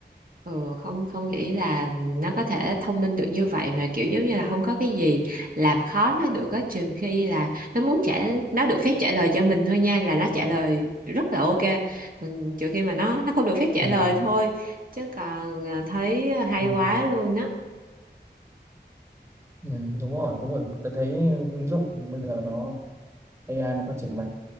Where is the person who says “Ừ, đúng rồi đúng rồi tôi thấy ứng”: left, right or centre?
Right